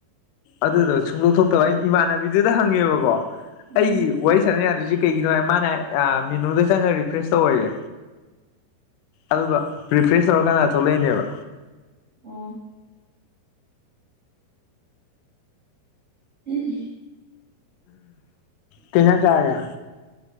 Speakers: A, on the left; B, on the right.
A: ꯑꯗꯨꯗꯣ ꯁꯨꯡꯗꯣꯛ ꯊꯣꯛꯇꯕ ꯑꯩꯅ ꯏꯃꯥꯟꯅꯕꯤꯗꯨꯗ ꯍꯪꯉꯦꯕꯀꯣ
B: ꯎꯝ
A: ꯑꯩꯒꯤ ꯋꯥꯔꯤ ꯁꯥꯟꯅ ꯌꯥꯗ꯭ꯔꯤꯖꯦ ꯀꯩꯒꯤꯅꯣ ꯍꯥꯏ ꯃꯥꯅ ꯑꯥ ꯃꯤꯅꯨꯗ ꯆꯪꯉꯥ ꯔꯤꯐ꯭ꯔꯦꯁ ꯇꯧꯑꯣꯌꯦ ꯑꯗꯨꯒ ꯔꯤꯐ꯭ꯔꯦꯁ ꯇꯧꯔ ꯀꯥꯟꯗ ꯊꯣꯛꯂꯛꯏꯅꯦꯕ
B: ꯑꯣ <unintelligible>
A: ꯇꯤꯟꯖꯪ ꯆꯥꯔꯒꯦ